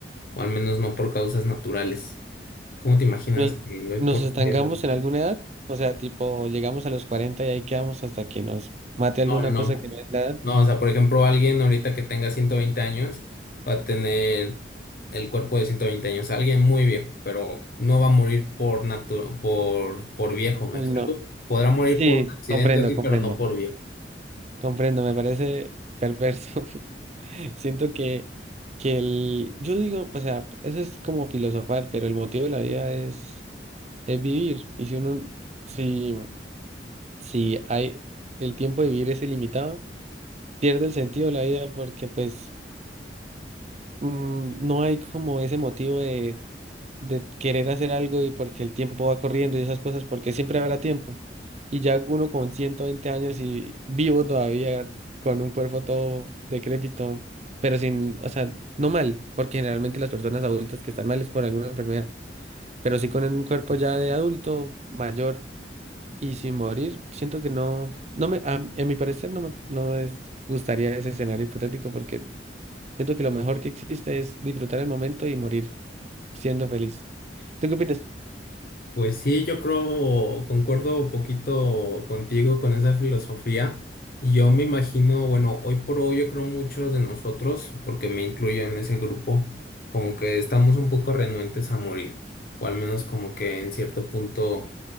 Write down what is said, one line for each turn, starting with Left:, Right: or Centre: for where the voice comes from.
Left: O al menos no por causas naturales. ¿Cómo te imaginas
Right: nos,
Left: que hoy
Right: nos
Left: por
Right: estancamos
Left: día las...
Right: en alguna edad, o sea, tipo, llegamos a los 40 y ahí quedamos hasta que nos mate alguna
Left: No, no, no.
Right: cosa que no es la edad.
Left: No, o sea, por ejemplo, alguien ahorita que tenga 120 años va a tener el cuerpo de 120 años. Alguien muy viejo, pero no va a morir por natu por, por viejo, ¿me
Right: Uy,
Left: explico?
Right: no.
Left: Podrá morir
Right: Sí,
Left: por accidente
Right: comprendo,
Left: así,
Right: comprendo,
Left: pero no por viejo.
Right: comprendo, me parece perverso. <laughs> Siento que, que el, yo digo, o sea, eso es como filosofar, pero el motivo de la vida es, es vivir. Y si uno, si, si hay, el tiempo de vivir es ilimitado, pierde el sentido de la vida porque pues mm, no hay como ese motivo de de querer hacer algo y porque el tiempo va corriendo y esas cosas, porque siempre habrá tiempo. Y ya uno con 120 años y vivo todavía con un cuerpo todo decrépito, pero sin, o sea, no mal, porque generalmente las personas adultas que están mal es por alguna enfermedad, pero sí con un cuerpo ya de adulto mayor y sin morir, siento que no, no me, a, en mi parecer no me, no es, gustaría ese escenario hipotético porque siento que lo mejor que existe es disfrutar el momento y morir siendo feliz. ¿Tú qué opinas?
Left: Pues sí, yo creo, concuerdo un poquito contigo con esa filosofía. Yo me imagino, bueno, hoy por hoy yo creo muchos de nosotros, porque me incluyo en ese grupo, como que estamos un poco renuentes a morir, o al menos como que en cierto punto,